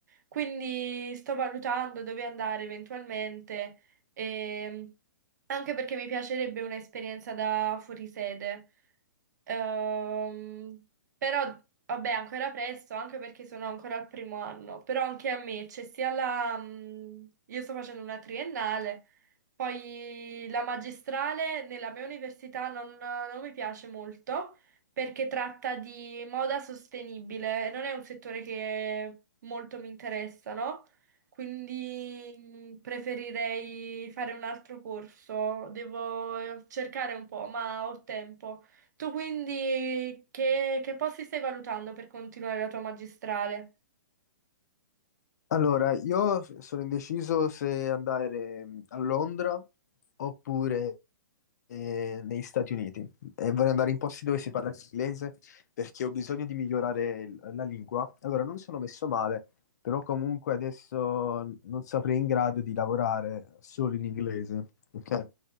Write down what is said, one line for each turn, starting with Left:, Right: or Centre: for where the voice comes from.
Right: Quindi sto valutando dove andare eventualmente, ehm, anche perché mi piacerebbe un'esperienza da fuorisede. Ehm, però, vabbè, ancora presto, anche perché sono ancora al primo anno. Però anche a me c'è sia la... mm, Io sto facendo una triennale, poi la magistrale nella mia università non, non mi piace molto perché tratta di moda sostenibile e non è un settore che molto mi interessa, no? Quindi mm, preferirei fare un altro corso. Devo eh, cercare un po', ma ho tempo. Tu quindi che, che posti stai valutando per continuare la tua magistrale?
Left: Allora, io sono indeciso se andare mm, a Londra oppure eh, negli Stati Uniti e vorrei andare in posti dove si parla inglese perché ho bisogno di migliorare il- la lingua. Allora, non sono messo male, però comunque adesso non sarei in grado di lavorare solo in inglese, ok?